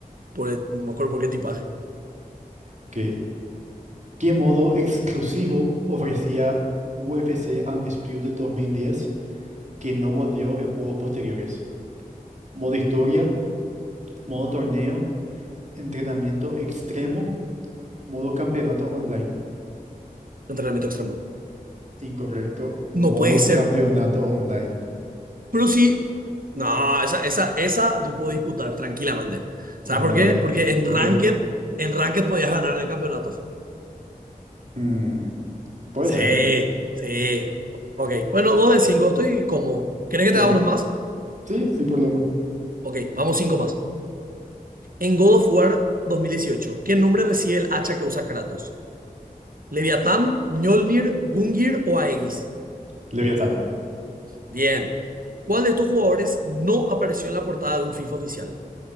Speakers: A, on the right; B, on the right.
A: por el- no me acuerdo por qué tipaje.
B: Ok. ¿Qué modo exclusivo ofrecía UFC Undisputed 2010 que no volvió en juegos posteriores? ¿Modo historia? ¿Modo torneo? ¿Entrenamiento extremo? ¿Modo campeonato online?
A: Entrenamiento extremo.
B: Incorrecto. Modo
A: No puede ser.
B: campeonato online.
A: Pero sí. No, esa, esa, esa yo puedo disputar tranquilamente.
B: No,
A: ¿Sabes por
B: no
A: qué?
B: hay.
A: Porque en
B: ¿Por
A: Ranked,
B: qué?
A: en Ranked podías ganar el campeonato.
B: Mm, puede
A: Sí,
B: ser.
A: sí. Ok. Bueno, dos de cinco. Estoy como. ¿Querés
B: Ok.
A: que te haga unos más?
B: Sí, sin problema.
A: Ok, vamos cinco más. En God of War dos mil dieciocho, ¿qué nombre recibe el hacha que usa Kratos? ¿Leviatán, Mjolnir, Gungir o Aegis?
B: Leviatán.
A: Bien. ¿Cuál de estos jugadores no apareció en la portada de un FIFA oficial?